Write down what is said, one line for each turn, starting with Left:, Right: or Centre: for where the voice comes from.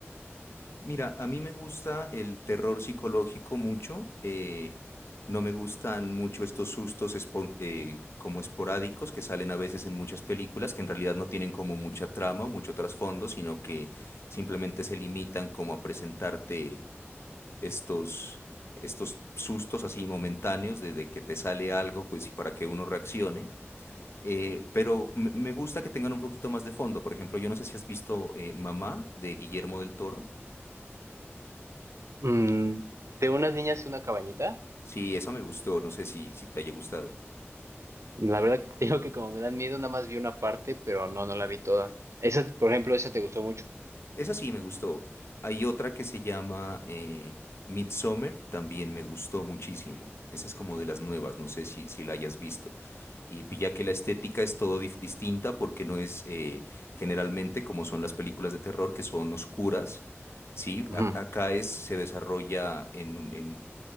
Left: Mira, a mí me gusta el terror psicológico mucho. eh, no me gustan mucho estos sustos espon- eh, como esporádicos que salen a veces en muchas películas, que en realidad no tienen como mucha trama o mucho trasfondo, sino que simplemente se limitan como a presentarte. estos, estos sustos así momentáneos de, de que te sale algo, pues y para que uno reaccione. Eh, pero me me gusta que tengan un poquito más de fondo. Por ejemplo, yo no sé si has visto eh, Mamá de Guillermo del Toro.
Right: Mm, de unas niñas en una cabañita.
Left: Sí, esa me gustó. No sé si, si te haya gustado.
Right: La verdad, <laughs> te digo que como me dan miedo, nada más vi una parte, pero no, no la vi toda. Esa, por ejemplo, esa te gustó mucho.
Left: Esa sí me gustó. Hay otra que se llama eh, Midsommar, también me gustó muchísimo. Esa es como de las nuevas, no sé si, si la hayas visto. Y pilla que la estética es todo dif- distinta porque no es eh, generalmente como son las películas de terror que son oscuras, ¿sí?
Right: Ujú.
Left: A- acá es, se desarrolla en, un- en,